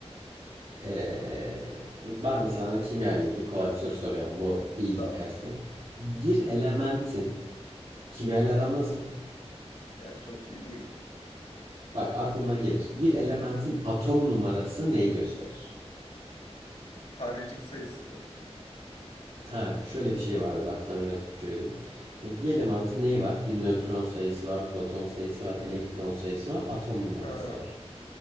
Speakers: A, on the right; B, on the left.
A: eee, ben de sana kimya ile ilgili kolay bir soru soruyorum bu iyiliğin
B: Tamam.
A: karşısına. Bir elementin kimya ile aran nasıl?
B: Yani çok iyi değil.
A: Bak aklına gelir. Bir elementin atom numarası neyi gösterir?
B: Tanecik sayısı da bu.
A: Ha, şöyle bir şey vardı. Bak sana biraz ipucu vereyim. Ya Bir elementin neyi var? Bir nötron sayısı var, proton sayısı var, elektron sayısı var, atom numarası
B: Ha
A: var.